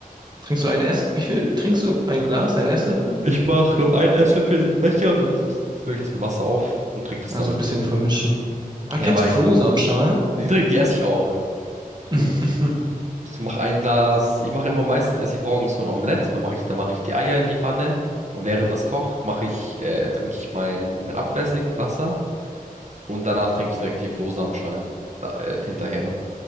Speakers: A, on the right (about 30°); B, on the right (about 50°).
A: Trinkst du ein Ess? Wie viel trinkst du? Ein Glas, ein Esslöffel?
B: Ich mache, glaube einen Esslöffel in den Becher und dann fülle ich das mit Wasser auf und trinke das
A: Also
B: dann.
A: ein bisschen vermischen. Ah, kennst
B: Ja, weil
A: du Flohsamenschalen?
B: ich, die, trink- die esse ich auch.
A: <laughs>
B: Ich mache ein Glas, ich mache immer meistens, esse ich morgens so ein Omelett. Dann mache ich, dann mache ich die Eier in die Pfanne und während das kocht, mache ich, äh, trinke ich mein, mein Abflüssig mit Wasser und danach trinke ich direkt die Flohsamenschalen, äh, hinterher.